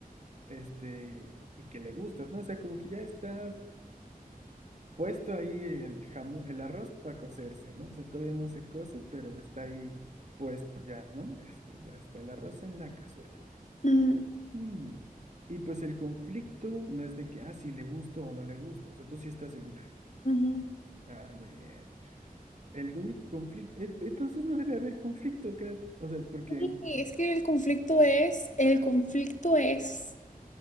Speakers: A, on the right; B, on the left.
A: este, y que le gustas, ¿no? O sea, como que ya está puesto ahí el jamón, el arroz para cocerse, ¿no? O sea, todavía no se cose, pero está ahí puesto ya, ¿no? Este, ya está el arroz en la cazuela.
B: mm,
A: Mm. Y pues el conflicto no es de que, ah, si le gusto o no le gusto, o sea, tú sí estás segura.
B: ujú.
A: Ah, muy bien. El único conflicto, eh, entonces no debe haber conflicto, Kat. O sea, porque
B: Sí, es que el conflicto es, el conflicto es